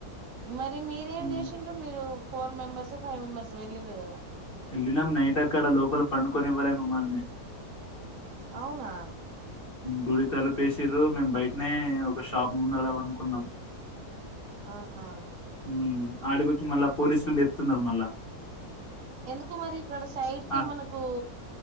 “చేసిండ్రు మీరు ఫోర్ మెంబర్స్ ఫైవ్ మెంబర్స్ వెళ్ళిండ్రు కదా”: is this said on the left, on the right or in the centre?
Right